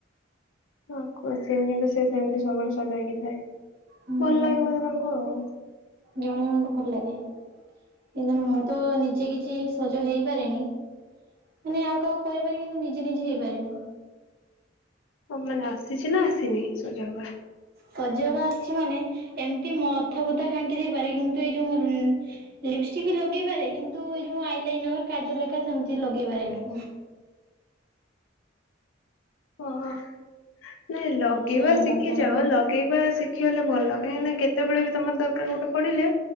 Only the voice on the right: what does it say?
ହୁଁ
ଜଣେ ଜଣଙ୍କୁ ଭଲ ଲାଗେ କିନ୍ତୁ ମୁଁ
ତ ନିଜେ କିଛି ସଜ ହେଇପାରେନି ମାନେ ଆଉ କହାକୁ କରିପାରେ କିନ୍ତୁ ନିଜେ ନିଜେ ହେଇପାରେନି
ସଜହବ ଆସିଛି ମାନେ ଏମିତି ମଥ ଭତା ଖାଙ୍କି ଦେଇପାରେ କିନ୍ତୁ ଏଇ ଯୋଉ ଲିପଷ୍ଟିକ ବି ଲଗେଇ ପାରେ କିନ୍ତୁ ଏ ଯୋଉ ଆଇଲାଇନର କାଜଲ ହେରୀକା ସେମିତି ଲଗେଇ ପାରେନି
ସେଥିପାଇଁ
ଲଗାଏନି